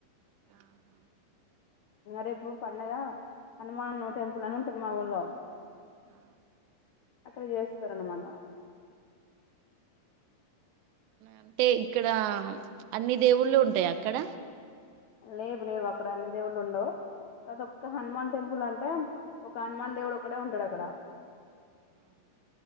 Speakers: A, on the right (about 80°); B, on the left (about 70°).
A: ఆహా
B: రేపు పండుగా హనుమాన్ నూ టెంపుల్ అని ఉంటుంది మా ఊళ్లో
A: ఆ
B: అక్కడ చేస్తారన్నమాట
A: అంటే ఇక్కడ అన్ని దేవుళ్ళు ఉంటాయా అక్కడ
B: లేవు లేవు అక్కడ అన్ని దేవుళ్ళు ఉండవు ఒక్క హనుమాన్ టెంపుల్ అంటే ఒక హనుమాన్ దేవుడు ఒక్కడే ఉంటాడు అక్కడ
A: అవునా